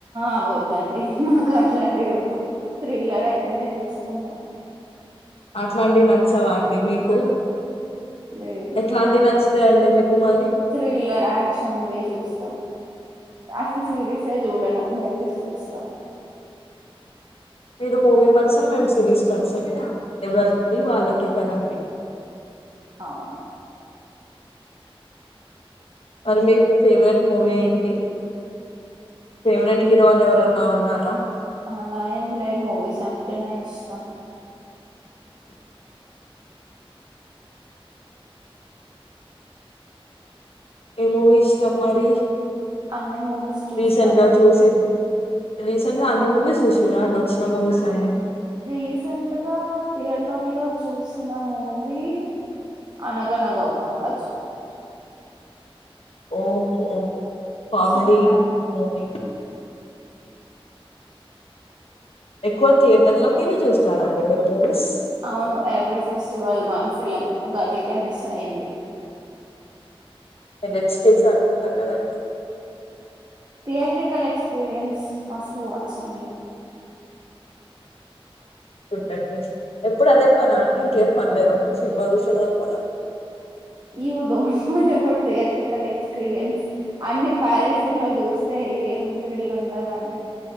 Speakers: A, on the right; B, on the left.
A: ఆబోద్ వద్దండి మాకు అట్లాంటివి వద్దు థ్రిల్లర్ అయితేనే చూస్తాం మేము
B: అట్లాంటివి నచ్చవా అండి మీకు
A: లేదు
B: ఎట్లాంటివి నచ్చుతాయండి మీకు మరి
A: థ్రిల్లర్ యాక్షన్ ఇవే చూస్తాం అసలు సిరీసే చూడను మూవీస్ చూస్తాం
B: మీరు ఊవీ పర్సన్ మేము సిరీస్ పర్సన్ ఎవరిది వాళ్ళకే కదండి
A: అవును
B: మరి మీ ఫేవరెట్ మూవీ ఏంటి ఫెవరెట్ హీరో అ <unintelligible> ఉన్నారా
A: అలా ఏం లే మూవీస్ అంటేనే ఇష్టం
B: ఏ మూవీ ఇస్తాం మరి
A: అనే మూవీస్ చూస్తాను
B: రీసెంట్ గా చూసి రీసెంట్ గా అన్ని మూవీస్ చూసిారా అండి వచ్చిన మూవీస్ అన్ని
A: రీసెంట్గా థియేటర్ లో చూసిన మూవీ అనగనగా కరాజు
B: ఓహోఓ కామెడి
A: సంక్రాంతి
B: మూవి ఎక్కువ థియేటర్ లోకి వెలీ చూస్తారా అండి మీరు మూవీస్
A: అవును ఎవ్రీ ఫెస్టివల్ వన్ ఫిలం ఒక ఉగాదికి మిస్ అయింది
B: నేను రెచ్చికేసి అనుకుంటా కదండి
A: థియట్రికల్ ఎక్స్పీరియన్స్ మస్ట్ వచ్ సంగ్
B: ఉంటండి ఎప్పుడు అదే పన అండి ఇంకేం పనిలేదా మీరు సినిమా చూసాడు తప్ప
A: I don't know but theatrical experience అన్ని ప్యారె శేలా జోస్ ఏం త్రిల్ ఉండదండి